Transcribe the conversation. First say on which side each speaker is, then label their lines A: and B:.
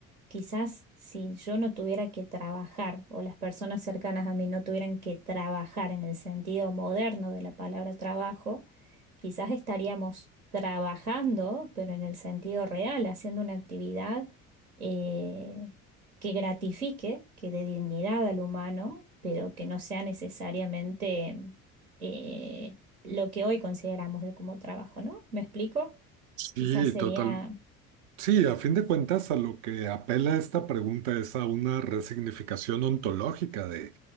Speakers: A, on the right; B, on the right.
A: quizás si yo no tuviera que trabajar o las personas cercanas a mí no tuvieran que trabajar en el sentido moderno de la palabra trabajo, quizás estaríamos trabajando, pero en el sentido real, haciendo una actividad eh, que gratifique, que dé dignidad al humano, pero que no sea necesariamente eh, lo que hoy consideramos de como trabajo, ¿no? ¿Me explico?
B: Sí,
A: Quizás sería
B: total, Sí, a fin de cuentas, a lo que apela esta pregunta es a una resignificación ontológica de